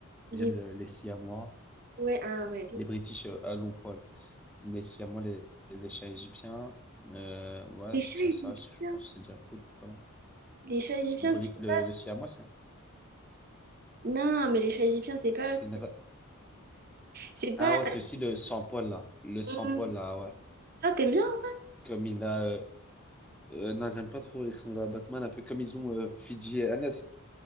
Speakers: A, in the centre; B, on the right.
A: j'aime
B: Les...
A: le- les Siamois,
B: Ouais, ah, ouais, les
A: les
B: chats.
A: British euh, à long poil. Les Siamois, les, les chats égyptiens. Euh, ouais,
B: Les
A: c'est
B: chats
A: déjà ça.
B: égyptiens.
A: Je pense que c'est déjà cool. Pas mal.
B: Les chats égyptiens,
A: Bri-
B: c'est
A: le,
B: pas...
A: le Siamois, c'est
B: Non, mais les chats égyptiens, c'est pas...
A: c'est une. ra-
B: C'est pas...
A: Ah ouais, c'est aussi le sans-poil là. Le sans-poil
B: Hmm,
A: là, ouais.
B: Ça, t'aimes bien? hein?
A: Comme il a. euh, euh, non, j'aime pas trop. Il ressemble à Batman, un peu comme ils ont euh, Fidji et Hannes.